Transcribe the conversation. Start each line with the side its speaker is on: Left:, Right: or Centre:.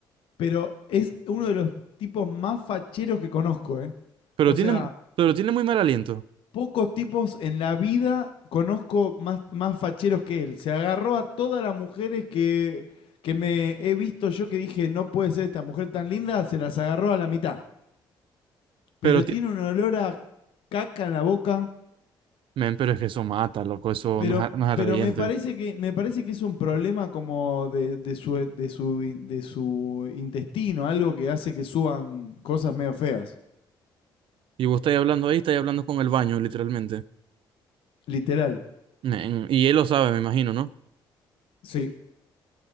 Left: pero es uno de los tipos más facheros que conozco, ¿eh?
Right: Pero
Left: O
Right: tiene,
Left: sea,
Right: pero tiene muy mal aliento.
Left: pocos tipos en la vida conozco más, más facheros que él. Se agarró a todas las mujeres que, que me he visto yo que dije, no puede ser esta mujer tan linda, se las agarró a la mitad.
Right: Pero
Left: Pero
Right: ti-
Left: tiene un olor a caca en la boca.
Right: men, pero es que eso mata, loco. Eso
Left: Pero,
Right: no es, a- no es atrayente.
Left: pero me parece que, me parece que es un problema como de, de su, de su, in- de su intestino, algo que hace que suban cosas medio feas.
Right: Y vos estáis hablando ahí, estáis hablando con el baño, literalmente.
Left: Literal.
Right: Men, y él lo sabe, me imagino, ¿no?
Left: Sí,